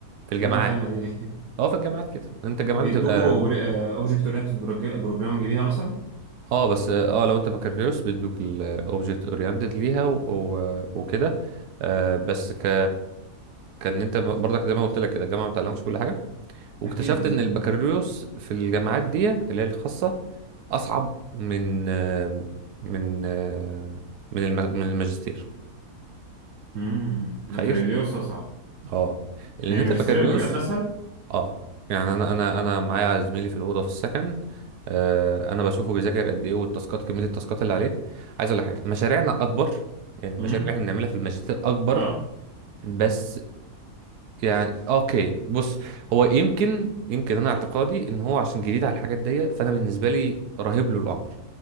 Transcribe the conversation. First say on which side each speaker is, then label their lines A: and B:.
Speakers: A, on the right (about 80°); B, on the right (about 65°).
A: في
B: طب
A: الجامعات
B: إيه الرخامة دي ليه؟
A: اه في الجامعات كده انت
B: <laughs>
A: الجامعات
B: بيدوكوا
A: بتبقى
B: اوبجكت اورينتد بروجرامنج بيها مثلا؟
A: اه بس اه لو انت بكالوريوس بيدوك الاوبجكت اورينتد ليها و... و... وكده آه بس ك كان انت برضك زي ما قلت لك كده الجامعه ما بتعلمكش كل حاجه واكتشفت
B: اكيد بالظبط
A: ان البكالوريوس في الجامعات دي اللي هي الخاصه اصعب من من من الم- من الماجستير
B: امم
A: تخيل
B: بكالوريوس اصعب
A: اه لان
B: يعني
A: انت
B: ماجستير
A: بكالوريوس
B: بجد اسهل؟
A: اه يعني انا انا انا معايا زميلي في الاوضه في السكن آه، انا بشوفه بيذاكر قد ايه والتاسكات كميه التاسكات اللي عليه عايز اقول لك حاجه مشاريعنا اكبر يعني المشاريع
B: امم
A: اللي احنا بنعملها في الماجستير اكبر
B: اه
A: بس يعني اوكي بص هو يمكن يمكن انا اعتقادي ان هو عشان جديد على الحاجات دي فانا بالنسبه لي رهيب له الامر